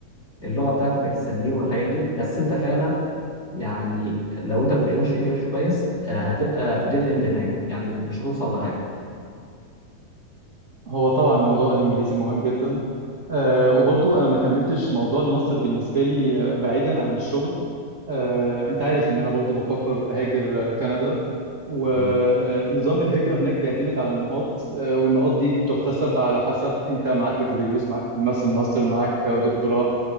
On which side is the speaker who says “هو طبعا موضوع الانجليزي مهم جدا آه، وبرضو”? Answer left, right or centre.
Right